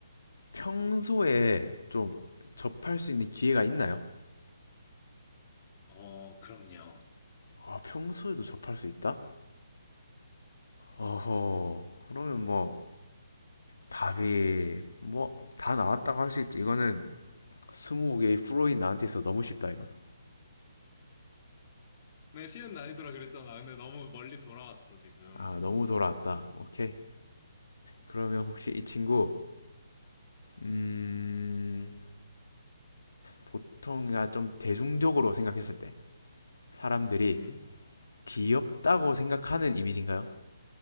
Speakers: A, on the left; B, on the left.
A: 평소에 좀 접할 수 있는 기회가 있나요?
B: 어, 그럼요.
A: 아, 평소에도 접할 수 있다? 어허, 그러면 뭐 답이 뭐 다 나왔다고 할 수 있지. 이거는 스무 개의 프로인 나한테 있어 너무 쉽다 이거는
B: 네, 쉬운 난이도라 그랬잖아. 근데 너무 멀리 돌아왔어, 지금.
A: 아, 너무 돌아왔다. 오케이. 그러면 혹시 이 친구 음, 보통 그러니까 좀 대중적으로 생각했을 때 사람들이
B: 음?
A: 귀엽다고 생각하는 이미지인가요?